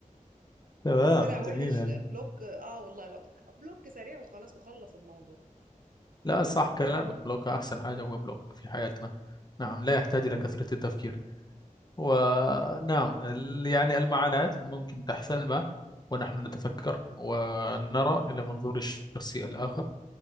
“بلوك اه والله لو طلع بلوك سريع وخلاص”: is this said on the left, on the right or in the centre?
Right